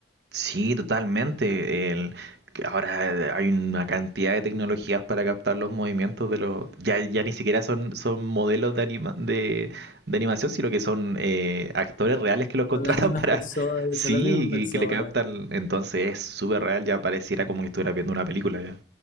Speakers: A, on the right; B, on the left.
A: Sí, totalmente. El, que ahora eh, hay una cantidad de tecnologías para captar los movimientos de los... Ya, ya ni siquiera son, son modelos de, anima- de, de animación, sino que son eh, actores reales que los contratan
B: Son las mismas
A: <laughs> para...
B: personas,
A: Sí,
B: son las mismas
A: que,
B: personas.
A: que le captan. Entonces es súper real, ya pareciera como que estuviera viendo una película ya.